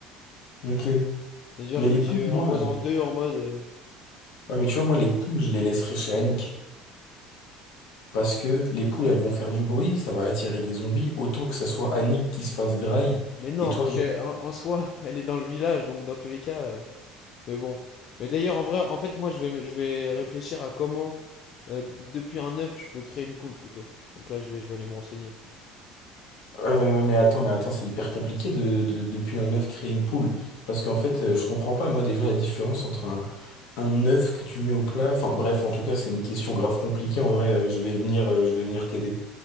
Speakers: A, on the left; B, on the left.
A: Ok.
B: C'est-à-dire,
A: Mais
B: je
A: les
B: lui dis,
A: poules,
B: euh,
A: moi,
B: envoie-en
A: euh,
B: deux en mode... euh,
A: ouais,
B: moi,
A: mais tu
B: je
A: vois,
B: m'en
A: moi,
B: fiche.
A: les poules, je les laisserai chez Annick. Parce que les poules, elles vont faire du bruit, ça va attirer des zombies, autant que ça soit Annick qui se fasse graille.
B: Mais non,
A: Et toi,
B: parce
A: juste-
B: que en, en soi, <laughs> elle est dans le village, donc dans tous les cas, euh, Mais bon. Mais d'ailleurs, en vrai, en fait, moi, je vais, je vais réfléchir à comment, euh, depuis un œuf, je peux créer une poule plutôt. Donc là, je vais, je vais aller me renseigner.
A: ouais, mais, mais, mais attends, mais attends, c'est hyper compliqué de, de, depuis un œuf créer une poule. Parce qu'en fait, euh, je comprends pas, moi, déjà, la différence entre un Un œuf que tu mets au plat? Enfin bref, en tout cas, c'est une question grave compliquée. En vrai, euh, je vais venir, euh, je vais venir t'aider.